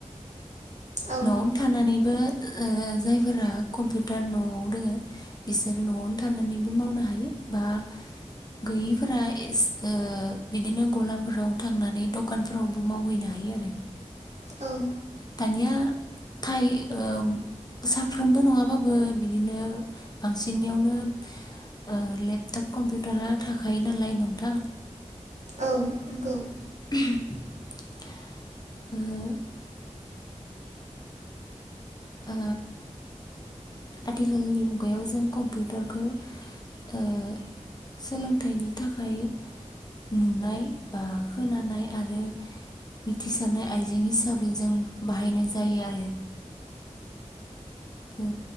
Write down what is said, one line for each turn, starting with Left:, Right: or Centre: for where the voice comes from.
Right: औ
Left: न'आवनो थानानैबो ओ जायफोरा कम्पिउटार न'आव दोङो बिसोर न'आवनो थानानैबो मावनो हायो बा गैयैफोरा ओ बिदिनो गलाफोराव थांनानै दखानफोरावबो मावहैनो हायो आरो
Right: औ
Left: दानिया थायो ओ साफ्रोमबो नङाबाबो बिदिनो बांसिननियावनो ओ लेपटप कम्पिउटारा थाखायो नालाय नोंथां
Right: औ नंगौ
Left: <unintelligible> ओ आथिखालनि मुगायाव जों कम्पिउटारखौ ओ सोलोंथाइनि थाखाय नुनाय बा खोनानाय आरो मिथिसारनाय आइजें हिसाबै जों बाहायनाय जायो आरो ओ